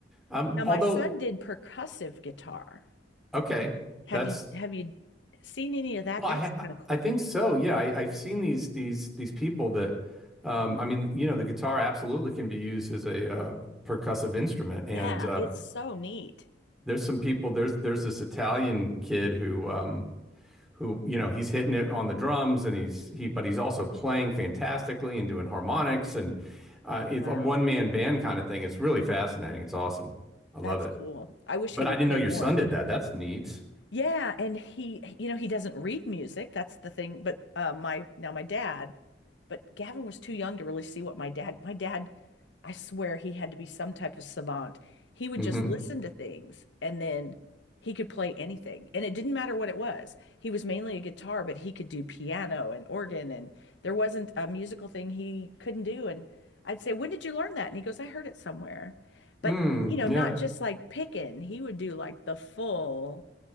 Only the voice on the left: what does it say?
Now my
son did percussive guitar.
Have
you have you seen any of that?
That's
kind of cool.
Yeah,
it's so neat.
Wow.
That's
cool. I wish
he
would
play
more.
Yeah, and he, you know, he doesn't read music. That's the thing. But uh, my now my dad. But Gavin was too young to really see what my dad, my dad, I swear he had to be some type of savant. He would
just listen to things and then he could play anything. And it didn't matter what it was. He was mainly a guitar, but he could do piano and organ. And there wasn't a musical thing he couldn't do. And I'd say, When did you learn that? And he goes, I heard it somewhere. But,
you know,
not just like picking, he would do like the full.